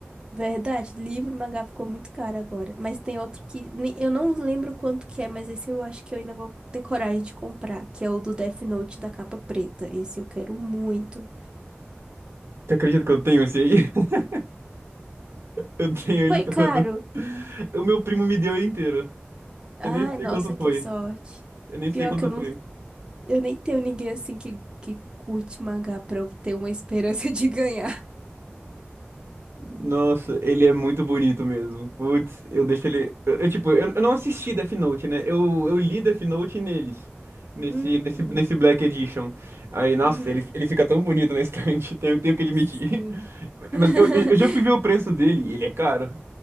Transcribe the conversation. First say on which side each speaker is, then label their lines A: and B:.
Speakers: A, on the right (about 20°); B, on the right (about 75°).
A: verdade, livro, mangá ficou muito caro agora. Mas tem outro que nem- eu não lembro quanto que é, mas esse eu acho que eu ainda vou ter coragem de comprar, que é o do Death Note da capa preta. Esse eu quero muito.
B: Você acredita que eu tenho esse aí? <laughs> Eu tenho ele
A: Foi
B: todo.
A: caro.
B: O meu primo me deu ele inteiro.
A: Ai,
B: Eu nem sei
A: nossa,
B: quanto foi.
A: que sorte.
B: Eu nem
A: Pior
B: sei quanto
A: que eu
B: foi.
A: não, eu nem tenho ninguém assim que, que curte mangá pra eu ter uma esperança <laughs> de ganhar.
B: Nossa, ele é muito bonito mesmo. Putz, eu deixo ele. Eu, eu, tipo, eu, eu não assisti Death Note, né? Eu, eu li Death Note neles. Nesse,
A: Hum,
B: nesse, nesse Black Edition. Aí, nossa,
A: uhum.
B: ele, ele fica tão bonito na estante, <laughs> tenho, tenho que admitir.
A: Sim. <laughs>
B: Mas eu, eu eu já fui ver o preço dele e ele é caro.